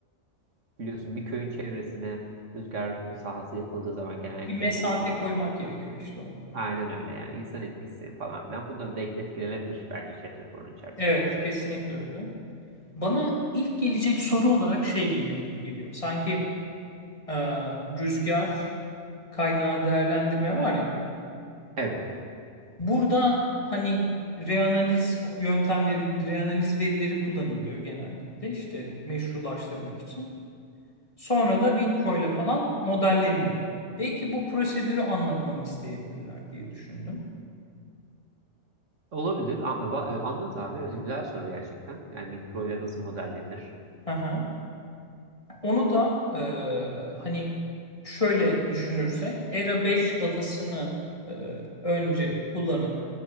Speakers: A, on the right; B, on the left.
A: e, biliyorsun bir köyün çevresine rüzgar sahası yapıldığı zaman genellikle
B: Bir mesafe
A: bu işte
B: koymak gerekiyor işte onlara.
A: aynen öyle yani insan etkisi falan filan bunları da ek- etkilenebilir bence chat raporunun içerisine.
B: Evet, kesinlikle öyle. Bana ilk gelecek soru olarak şey geliyor gibi geliyor. Sanki e, rüzgar kaynağı değerlendirme var ya.
A: Evet.
B: Burada hani reanaliz yöntemleri, reanaliz verileri kullanılıyor genellikle işte meşrulaştırmak için. Sonra da WinPro ile falan modelleniyor. Belki bu prosedürü anlatmamı isteyebilirler diye düşündüm.
A: Olabilir. A- va- e, Anlat abi. Evet, güzel soru gerçekten. Yani Wipro ile nasıl modellenir?
B: Hı hı. Onu da e, hani şöyle düşünürsek ERA beş datasını e, önce kullanıp